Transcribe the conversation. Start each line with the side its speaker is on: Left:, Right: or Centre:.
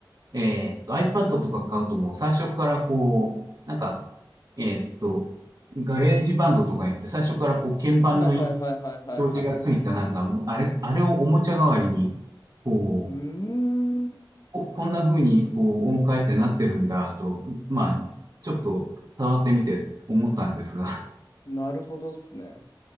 Right: えっと、iPad とか買うともう最初からこう、なんか、えっと、ガレージバンドとか言って最初からこう鍵盤の表
Left: はいはいはいはいはいはい。
Right: 示がついたなんか、あれ、あれをおもちゃ代わりに、こう、
Left: うーん。
Right: こ、こんな風にこう音階ってなってるんだと、まあ、ちょっと触ってみて思ったんですが。
Left: なるほどっすね。